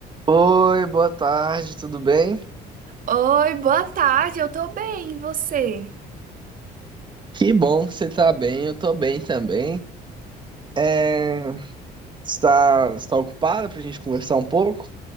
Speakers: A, on the right (about 25°); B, on the right (about 55°).
A: Oi, boa tarde, tudo bem?
B: Oi, boa tarde, eu tô bem, e você?
A: Que bom que você tá bem, eu tô bem também. É... Está, está ocupada pra gente conversar um pouco?